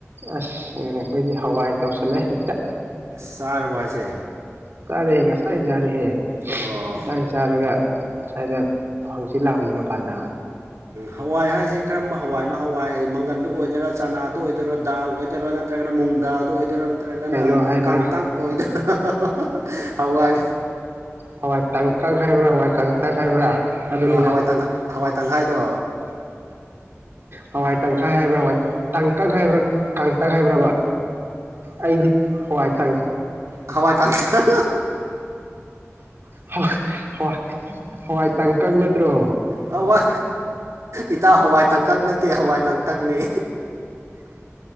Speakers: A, on the right; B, on the right.
A: ꯑꯁ ꯎ ꯑꯩꯈꯣꯏꯗꯤ ꯍꯋꯥꯏ ꯇꯧꯁꯤꯜꯂꯦ ꯍꯦꯛꯇ
B: ꯆꯥꯔꯕꯣ ꯍꯥꯏꯖꯦ
A: ꯆꯥꯔꯦꯍꯦ ꯉꯁꯥꯏꯅ ꯆꯥꯔꯦꯍꯦ
B: ꯑꯣ
A: ꯉꯁꯥꯏꯅ ꯆꯥꯔꯒ ꯁ꯭ꯋꯥꯏꯗ ꯍꯥꯡꯆꯤꯠ ꯂꯥꯡꯕꯅꯦ ꯃꯄꯥꯟꯗ
B: ꯍꯋꯥꯏ ꯍꯥꯏꯁꯦ ꯀꯔꯝꯕ ꯍꯋꯥꯏꯅꯣ ꯍꯋꯥꯏ ꯃꯪꯒꯟꯗꯨ ꯑꯣꯏꯗꯣꯏꯔꯥ ꯆꯅꯥꯗ ꯑꯣꯏꯗꯣꯏꯔꯥ ꯗꯥꯜ ꯑꯣꯏꯗꯣꯏꯔꯥ ꯅꯠꯇ꯭ꯔꯒꯅ ꯃꯨꯡꯗꯥꯜꯗꯨ ꯑꯣꯏꯗꯣꯏꯔꯥ ꯅꯠꯇ꯭ꯔꯒꯅ
A: ꯀꯩꯅꯣ ꯍꯥꯏꯕ꯭ꯔꯥ
B: ꯀꯥꯡꯇꯛ ꯑꯣꯏꯗꯣꯏꯔ ꯍꯋꯥꯏ
A: ꯍꯋꯥꯏ ꯇꯡꯀꯛ ꯍꯥꯏꯕ꯭ꯔꯥ ꯍꯋꯥꯏ ꯀꯥꯡꯇꯛ ꯍꯥꯏꯕ꯭ꯔꯥ ꯑꯗꯨꯅꯤꯗ
B: ꯑ ꯍꯋꯥꯏ ꯇ ꯍꯋꯥꯏ ꯇꯪꯈꯥꯏꯗꯣ
A: ꯍꯋꯥꯏ ꯇꯪꯈꯥꯏ ꯍꯥꯏꯕ꯭ꯔꯥꯕ ꯇꯡꯀꯛ ꯍꯥꯏꯕ꯭ꯔꯥ ꯀꯥꯡꯇꯛ ꯍꯥꯏꯕ꯭ꯔꯕ ꯑꯩꯗꯤ ꯍꯋꯥꯏ ꯇꯪ
B: ꯍꯋꯥꯏ ꯀꯥꯡꯊꯛ
A: ꯍ ꯍꯋꯥꯏ ꯍꯋꯥꯏ ꯇꯡꯀꯛ ꯅꯠꯇ꯭ꯔꯣ
B: ꯍꯋꯥ ꯏꯇꯥꯎ ꯍꯋꯥꯏ ꯇꯡꯀꯛ ꯅꯠꯇꯦ ꯍꯋꯥꯏ ꯀꯥꯡꯇꯛꯅꯦ